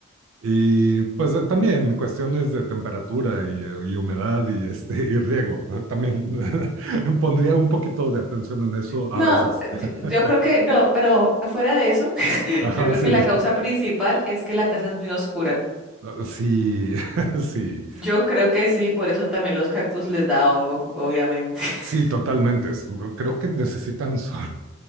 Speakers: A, on the right (about 65°); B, in the centre.
A: Y pues eh, también cuestiones de temperatura y, eh, y humedad y, este, y riego. ¿no? También <laughs> pondría un poquito de atención en eso
B: No,
A: a veces. <laughs>
B: yo, yo creo que no, pero fuera de eso, <laughs>
A: Ajá,
B: yo creo
A: sí.
B: que la causa principal es que la casa es muy oscura.
A: Ah, Sí, <laughs> sí,
B: Yo creo que sí, por eso también los cactus les da hongo, obviamente. <laughs>
A: sí, totalmente. Es- mm, Creo que necesitan sol.